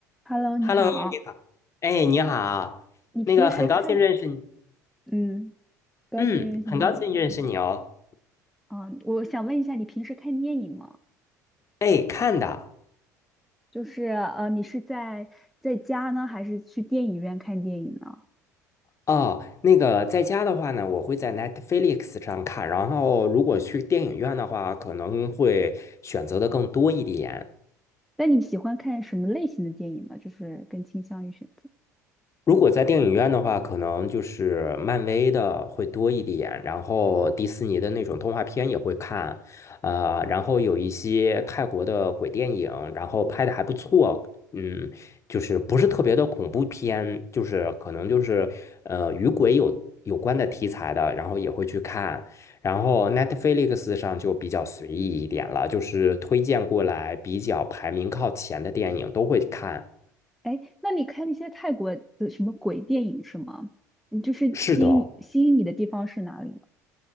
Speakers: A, in the centre; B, on the left.
A: Hello，你好。
B: Hello，你好。哎，你好，
A: 你平时看，
B: 那个很高兴认识你，
A: 嗯，高兴认识你。
B: 嗯，很高兴认识你哦。
A: 嗯，我想问一下，你平时看电影吗？
B: 哎，看的
A: 就是呃，你是在在家呢，还是去电影院看电影呢？
B: 哦，那个在家的话呢，我会在 Netflix 上看，然后如果去电影院的话，可能会选择的更多一点。
A: 那你喜欢看什么类型的电影呢？就是更倾向于选择。
B: 如果在电影院的话，可能就是漫威的会多一点，然后迪士尼的那种动画片也会看，呃，然后有一些泰国的鬼电影，然后拍的还不错，嗯，就是不是特别的恐怖片，就是可能就是呃与鬼有有关的题材的，然后也会去看，然后 Netflix 上就比较随意一点了，就是推荐过来比较排名靠前的电影都会看。
A: 哎，那你看那些泰国的什么鬼电影是吗？你就是吸引吸引你的地方是哪里呢？
B: 是的。